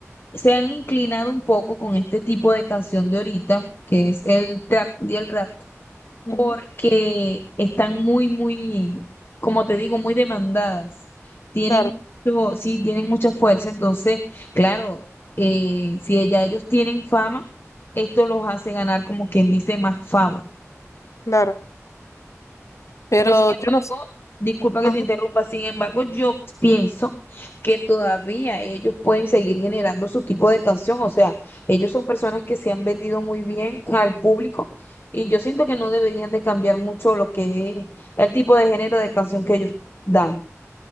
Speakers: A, on the left (about 45°); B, on the left (about 70°).
A: se han inclinado un poco con este tipo de canción de ahorita, que es el trap y el rap
B: Ujú,
A: porque están muy, muy, como te digo, muy demandadas. Tienen
B: Claro,
A: mucho, sí, tienen mucha fuerza. Entonces, claro, eh, si ya ellos tienen fama, esto los hace ganar, como quien dice, más fama.
B: claro. Pero
A: Pero sin embargo,
B: yo no s-
A: disculpa que
B: ajá,
A: te interrumpa, sin embargo, yo pienso que todavía ellos pueden seguir generando su tipo de canción. O sea, ellos son personas que se han vendido muy bien al público y yo siento que no deberían de cambiar mucho lo que es el tipo de género de canción que ellos dan.